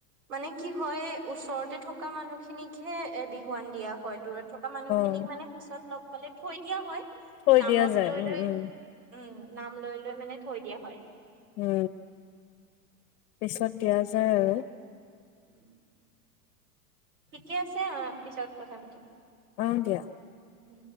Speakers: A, on the right; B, on the left.
A: মানে কি হয় ওচৰতে থকা মানুহখিনিকহে এ' বিহুৱান দিয়া হয়। দূৰত থকা মানুহখিনিক
B: অ
A: মানে পিছত লগ কলে থৈ দিয়া হয়।
B: থৈ
A: নামত
B: দিয়া যায়
A: লৈ
B: উম
A: লৈ
B: - উম।
A: উম নাম লৈ -লৈ মানে থৈ দিয়া হয়।
B: উম পিছত দিয়া যায় আৰু
A: <inaudible> ঠিকে আছে অ'পিছত কথা পাতিম।
B: অহ, দিয়া।
A: উম